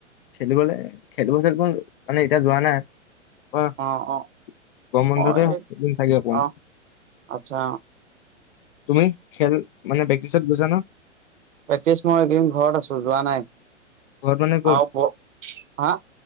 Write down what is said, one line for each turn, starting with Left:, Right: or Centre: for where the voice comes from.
Left: খেলিবলৈ খেলিব চ মানে এতিয়া যোৱা নাই গ্ৰ
Right: অ' অ'
Left: বন্ধতেদিন
Right: মই
Left: চাগে অকমান
Right: অ' আচ্ছা
Left: তুমি খেল মানে বেক্টিচত গুছা ন
Right: প্ৰেক্টিছ মই একদিন ঘৰত আছো যোৱা নাই
Left: ঘৰত মানে ক'ত
Right: আৰু ব হা